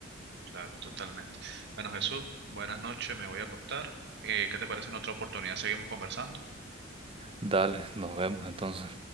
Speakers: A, on the right (about 55°); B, on the right (about 25°).
A: claro, totalmente. Bueno, Jesús, buenas noches, me voy a acostar. Eh, ¿qué te parece en otra oportunidad? Seguimos conversando.
B: Dale, nos vemos entonces.